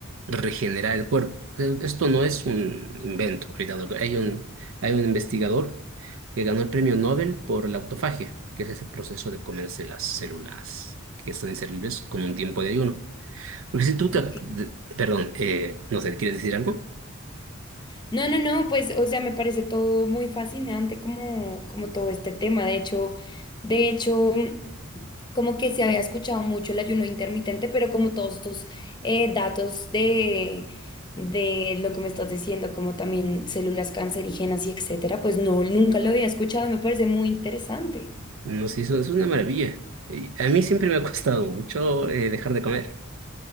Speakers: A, on the right (about 65°); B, on the left (about 20°).
A: regenerar el cuerpo. Eh, Esto no es un invento. ahorita no- Hay un, hay un investigador que ganó el premio Nobel por la autofagia, que es ese proceso de comerse las células que están inservibles con un tiempo de ayuno. Porque si tú te,
B: ok.
A: de- perdón, eh, no sé, ¿quieres decir algo?
B: No, no, no, pues, o sea, me parece todo muy fascinante como, como todo este tema. De hecho, de hecho, como que se había escuchado mucho el ayuno intermitente, pero como todos estos eh, datos de, de lo que me estás diciendo, como también células cancerígenas y etcétera, pues no, nunca lo había escuchado y me parece muy interesante.
A: Nos hizo, es una maravilla. Y A mí siempre me ha costado mucho eh, dejar de comer.